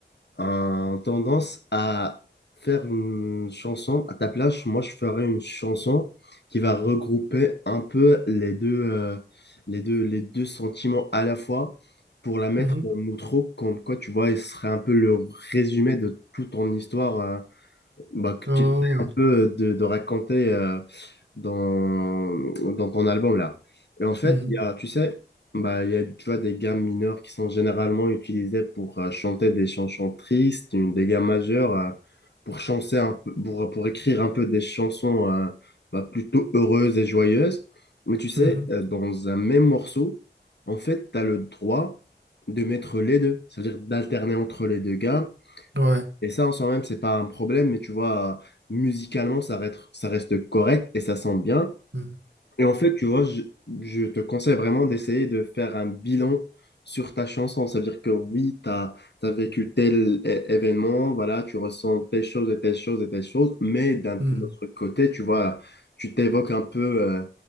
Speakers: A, on the left (about 65°); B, on the right (about 75°).
A: un tendance à faire une chanson. À ta place, moi, je ferais une chanson qui va regrouper un peu les deux, euh, les deux, les deux sentiments à la fois pour la mettre
B: Mhm.
A: en outro, comme quoi, tu vois, il serait un peu le résumé de toute ton histoire, euh, bah, que
B: Ah.
A: tu essaies un peu de, de raconter euh, dans, dans ton album là. Et en fait,
B: Mhm.
A: il y a, tu sais, bah, il y a, tu vois, des gammes mineures qui sont généralement utilisées pour euh, chanter des chansons tristes, une, des gammes majeures euh, pour chanter un peu, pour, pour écrire un peu des chansons euh, bah, plutôt heureuses et joyeuses. Mais tu sais,
B: Mhm.
A: euh, dans un même morceau, en fait, tu as le droit de mettre les deux, c'est-à-dire d'alterner entre les deux gammes
B: Ouais.
A: et ça, en soi-même, c'est pas un problème, mais tu vois, euh, musicalement, ça reste, ça reste correct et ça sent bien.
B: Mhm.
A: Et en fait, tu vois, je, je te conseille vraiment d'essayer de faire un bilan sur ta chanson. Ça veut dire que oui, tu as, vécu tel é- événement, voilà, tu ressens telle chose et telle chose et telle chose, mais d'un
B: Mhm.
A: autre côté, tu vois, tu t'évoques un peu euh,